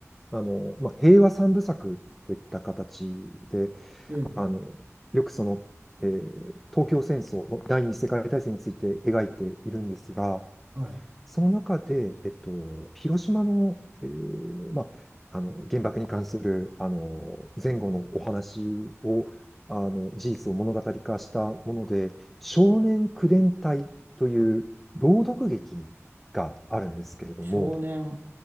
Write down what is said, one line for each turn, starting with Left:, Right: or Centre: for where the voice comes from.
Centre: あの、まあ、平和三部作といった形で、
Right: ええ、
Centre: あの、よくその、えー東京戦争の第二次世界大戦について描いているんですが、
Right: はい。
Centre: その中で、えっと、広島の、えーまあ、あの原爆に関するあの前後のお話をあの事実を物語化したもので「少年口伝隊」という朗読劇があるんですけれども
Right: 少年